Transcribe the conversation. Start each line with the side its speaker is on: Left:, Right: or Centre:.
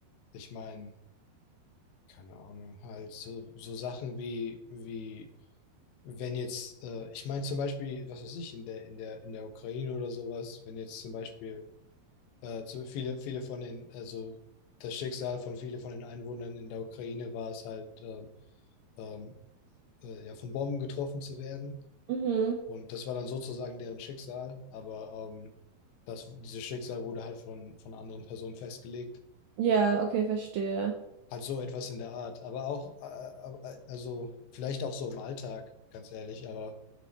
Left: Ich meine, keine Ahnung, halt so, so Sachen wie, wie, wenn jetzt, äh, ich meine zum Beispiel, was weiß ich, in der, in der, in der Ukraine oder sowas, wenn jetzt zum Beispiel äh, zu viele, viele von den, also das Schicksal von viele von den Einwohnern in der Ukraine war es halt, ähm, ähm, äh, ja, von Bomben getroffen zu werden.
Right: Mhm.
Left: Und das war dann sozusagen deren Schicksal, aber ähm, das, dieses Schicksal wurde halt von, von anderen Personen festgelegt.
Right: Ja, okay, verstehe.
Left: Halt so etwas in der Art. Aber auch, äh, äh, äh, also vielleicht auch so im Alltag, ganz ehrlich, aber